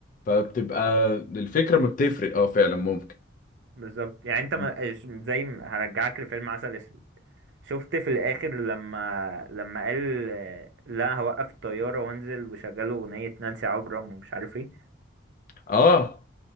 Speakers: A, on the left; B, on the right.
A: فبتبقى الفكرة ما بتفرق اه فعلا ممكن
B: بالظبط يعني انت ما...
A: م.
B: ش- زي ما هرجعك لفيلم عسل اسود شفت في الاخر لما لما قال آه، لا هوقف الطياره وانزل وشغلوا اغنيه نانسي عجرم ومش عارف ايه
A: اه